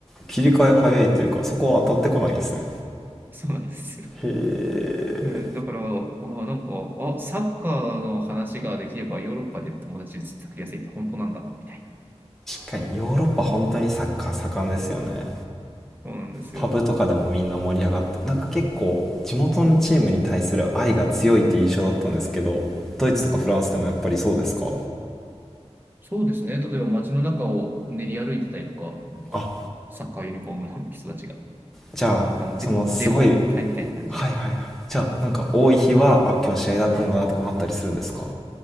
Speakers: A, in the centre; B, on the right.
A: 切り替え早いというかそこは当たってこないんですね
B: そうなんですよ。
A: へえ
B: うん、だから、あ、なんか、あ、サッカーの話ができればヨーロッパで友達作りやすいって本当なんだな、みたい
A: 確かにヨーロッパ本当にサッカー盛んですよね
B: な。そうなんですよ。
A: パブとかでもみんな盛り上がってなんか結構地元のチームに対する愛が強いって印象だったんですけどドイツとかフランスでもやっぱりそうですか
B: うんそうですね。例えば街の中を練り歩いてたりとか、なんか、
A: あ
B: サッカーユニフォームの人たちが、
A: じゃあそのすごい
B: あのデ、デモ隊みたいな感じで。
A: はいはいはいじゃあなんか多い日はあ今日試合だったんだなとかあったりするんですか